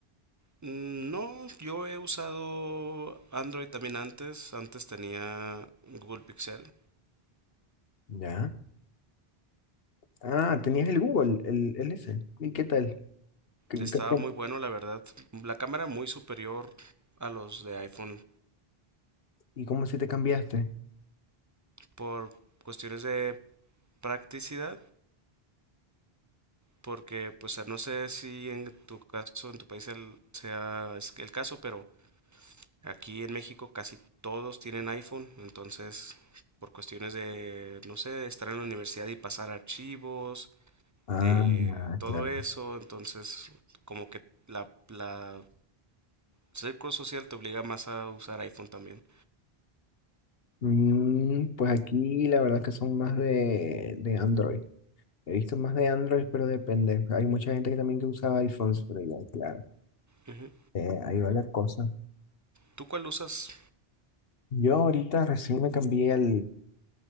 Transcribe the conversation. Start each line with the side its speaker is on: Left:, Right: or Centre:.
Right: Mm, No, yo he usado Android también antes, antes tenía Google Pixel,
Left: Ya. Ah, tenías el Google, el, el ese. ¿Y qué tal? ¿Qué-
Right: estaba
Left: qué fue?
Right: muy bueno la verdad, la cámara muy superior a los de iPhone
Left: ¿Y cómo así te cambiaste?
Right: por cuestiones de practicidad. Porque, pues, no sé si en tu caso, en tu país el- sea es el caso, pero Aquí en México casi todos tienen iPhone, entonces por cuestiones de, no sé, de estar en la universidad y pasar archivos,
Left: Ah,
Right: de
Left: ya,
Right: todo
Left: claro.
Right: eso, entonces como que la, la círculo social te obliga más a usar iPhone también.
Left: Mm, pues aquí la verdad que son más de, de Android. He visto más de Android, pero depende. Hay mucha gente que también que usaba iPhones, pero ya, claro.
Right: Ujú.
Left: Eh, ahí va la cosa.
Right: ¿Tú cuál usas?
Left: Yo ahorita recién me cambié al,